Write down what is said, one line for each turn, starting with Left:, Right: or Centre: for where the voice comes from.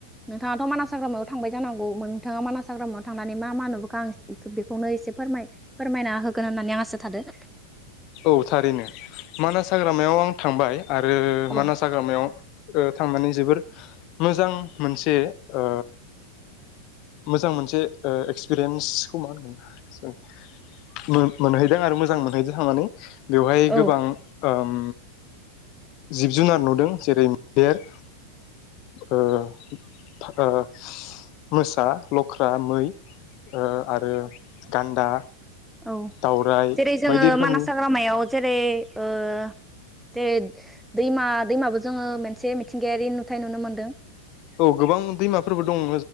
Centre: नोंथाङाथ' मानास हाग्रामायाव थांबाय जानांगौ नोंथाङा मानास हाग्रामायाव थांनानै मा मा नुबोखो आं बेखौनो एसे फोरमाय फोरमायना होगोन होननानै आं आसा थादों।
Left: औ थारैनो मानास हाग्रामायाव आं थांबाय। आरो
Centre: औ
Left: मानास हाग्रामायाव ओ थांनानै जोबोर मोजां मोनसे ओ मोजां मोनसे एक्सपिरियेन्सखौ मा होनगोन मोनहैदों आरो मोजां मोनहैदों थांनानै। बेवहाय
Centre: औ
Left: गोबां ओम जिब-जुनार नुदों। जेरै मैदेर, ओ-ओ मोसा, लख्रा, मै। ओ आरो। गान्दा।
Centre: औ
Left: दावराइ
Centre: जेरै जोङो
Left: बायदि रोखोमनि
Centre: मानास हाग्रामायाव जेरै ओ दै दैमा दैमाबो जोङो मोनसे मिथिंगायारि नुथाय नुनो मोन्दों।
Left: औ गोबां दैमाफोरबो दं